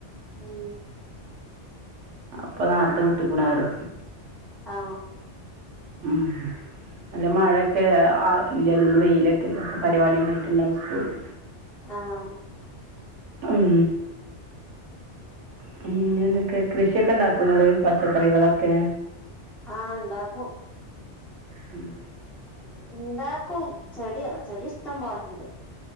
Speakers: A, in the centre; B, on the right.
A: ഉം
B: അപ്പം നേരത്തെ വിട്ടുക്ണ് അവരെ
A: ആ
B: ഉം നല്ല മഴയൊക്കെ അ ഇല്ലല്ലോ ഇന്ന് വെയിലക്കെ അല്ലേ പരിപാടി ഉണ്ടായിട്ട് ഉണ്ടാവും സ്കൂളിൽ
A: ആഹ്
B: ഉം പിന്നെ എന്തെക്കെ കൃഷി ഒക്കെ ഉണ്ടാക്കുവോ നിങ്ങള് പച്ചക്കറി കളൊക്കെ
A: ആ ഇണ്ടാക്കും
B: ഉം
A: ഉണ്ടാക്കും ചെടിയോ ചെടി ഇഷ്ടം പോലെ ഉണ്ട്